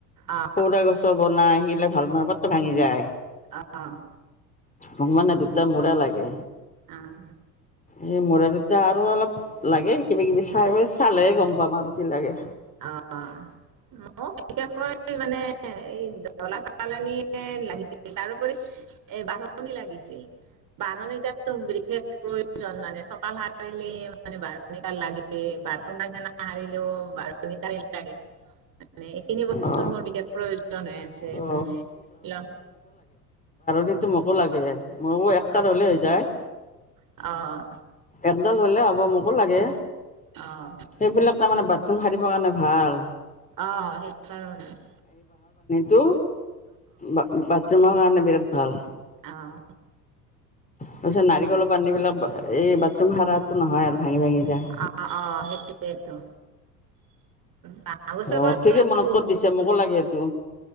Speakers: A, on the right (about 40°); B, on the left (about 15°).
A: অ',
B: সৌৰা গছৰ বনাই সিগলা ভাল নহয় পতকে ভাঙি যায়।
A: অ',
B: মোক মানে দুটা মূৰা লাগে।
A: আহ
B: এই মোৰ আৰু এতিয়া আৰু অলপ লাগে কিবা-কিবি চাই বই চালেহে গম পাম আৰু কি লাগে।
A: অ', মোক বিশেষকৈ মানে এই দলা চালনীয়ে লাগিছিল তাৰোপৰি এই বাঢ়নি লাগিছিল বাৰনী টাততো বিশেষ প্ৰয়োজন মানে চতাল সাৰিলে মানে বাঢ়নি দাল লাগেই <unintelligible> মানে এইখিনি বস্তুৰ
B: অ
A: মোৰ বিশেষ প্ৰয়োজন হৈ আছে
B: অ
A: মানে ল'
B: সিটো মোকো লাগে মোৰো একটাৰ
A: অ',
B: হ'লে হৈ যায়।
A: অ',
B: একডাল হলে হ'ব মোকো লাগে
A: অ',
B: সেইবিলাক তাৰমানে বাদ উম সাৰীবৰ কাৰণে ভাল
A: অ', সেই কাৰণে।
B: টো বা বাথৰুমৰ কাৰণে বিৰাট ভাল
A: অ',
B: তাৰ পিছত নাৰিকলৰ বাঢ়নী বিলাক এই বাথৰুম সাৰাটো নহয় আৰু। ভাঙি ভাঙি যায়
A: আ অ সেইটোৱেটো বাহঁগছৰ
B: অ
A: পৰাটো
B: ঠিকে মনত
A: ব
B: ক'ত
A: অ',
B: দিছে মোকো লাগে এইটো